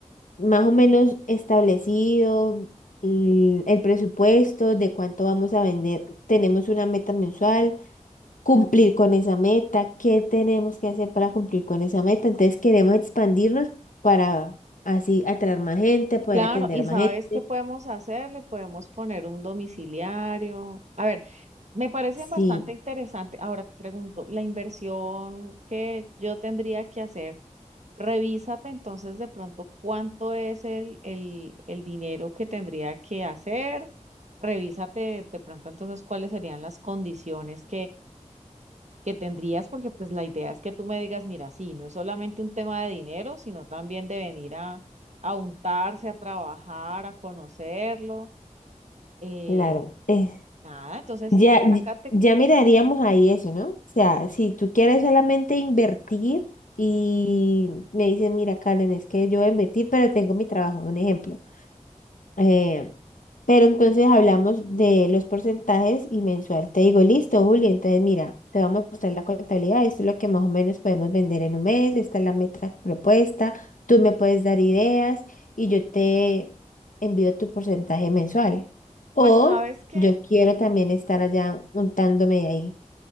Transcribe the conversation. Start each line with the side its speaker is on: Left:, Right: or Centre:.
Left: más o menos establecido, l- el presupuesto de cuánto vamos a vender, tenemos una meta mensual, cumplir con esa meta, qué tenemos que hacer para cumplir con esa meta, entonces queremos expandirnos para así atraer más gente, poder
Right: Claro,
Left: atender
Right: y
Left: más
Right: ¿sabes
Left: gente.
Right: qué podemos hacer? Le podemos poner un domiciliario. A ver, me parece
Left: Sí,
Right: bastante interesante. Ahora te pregunto, la inversión que yo tendría que hacer, revísate entonces de pronto cuánto es el, el, el dinero que tendría que hacer. Revísate de pronto entonces cuáles serían las condiciones que tendrías, porque pues la idea es que tú me digas, mira, sí, no es solamente un tema de dinero, sino también de venir a, a untarse, a trabajar, a conocerlo. eh,
Left: claro. es
Right: nada, entonces,
Left: Ya, y-
Right: sácate,
Left: ya miraríamos ahí eso, ¿no? O sea, si tú quieres solamente invertir y me dices, mira, Karen, es que yo voy a invertir, pero tengo mi trabajo, un ejemplo. Eh, pero entonces hablamos de los porcentajes y mensual. Te digo, listo, Juli, entonces mira, te voy a mostrar la contabilidad, esto es lo que más o menos podemos vender en un mes, esta es la meta propuesta, tú me puedes dar ideas y yo te envío tu porcentaje mensual. O
Right: Pues sabes que,
Left: yo quiero también estar allá untándome ahí.